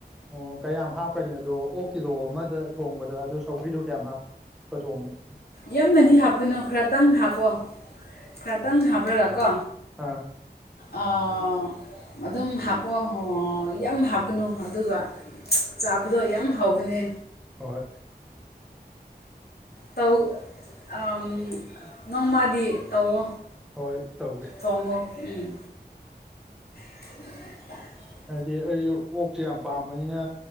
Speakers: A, in the centre; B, on the left.
A: ꯑꯣ ꯀꯌꯥꯝ ꯍꯥꯞꯀꯅꯤ ꯑꯗꯣ ꯑꯣꯛ ꯀꯤꯂꯣ ꯑꯃꯗ ꯊꯣꯡꯕꯗ ꯑꯗꯨ ꯁꯧꯒ꯭ꯔꯤꯗꯣ ꯀꯌꯥꯝ ꯍꯥꯞ ꯐ ꯊꯣꯡꯒꯅꯤ
B: ꯌꯥꯝꯅꯗꯤ ꯍꯥꯞꯀꯅꯨ ꯈꯔꯇꯪ ꯍꯥꯞꯄꯣ ꯈꯔꯇꯪ ꯍꯥꯞꯔꯒ ꯀꯣ
A: ꯑꯥ
B: ꯑꯥ ꯑꯗꯨꯝ ꯍꯥꯞꯄꯣꯑꯣ ꯌꯥꯝ ꯍꯥꯞꯀꯅꯨ ꯑꯗꯨꯒ ꯆꯥꯕꯗꯣ ꯌꯥꯝ ꯍꯥꯎꯕꯅꯦ
A: ꯍꯣꯏ
B: ꯇꯧ ꯑꯝ ꯅꯣꯡꯃꯗꯤ ꯇꯧꯋꯣ
A: ꯍꯣꯏ ꯇꯧꯒꯦ
B: ꯊꯣꯡꯉꫭ ꯎꯝ <inaudible>
A: ꯍꯥꯏꯗꯤ ꯑꯩꯁꯨ ꯑꯣꯛꯁꯦ ꯌꯥꯝ ꯄꯥꯝꯕꯅꯤꯅ